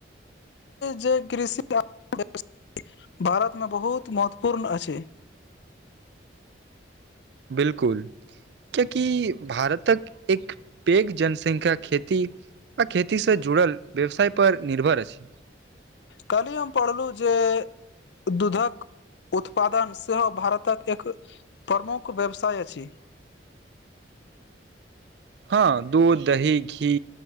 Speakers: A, on the left; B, on the right.
A: जे कृषि आ व भारतमे बहुत महत्वपूर्ण अछि
B: बिलकुल किएकि भारतक एक पेघ जनसंख्या खेती आ खेतीसँ जुड़ल व्यवसाय पर निर्भर अछि
A: कल्हि हम पढ़लहुँ जे दूधक उत्पादन सेहो भारतक एक प्रमुख व्यवसाय अछि
B: हँ दूध दही घी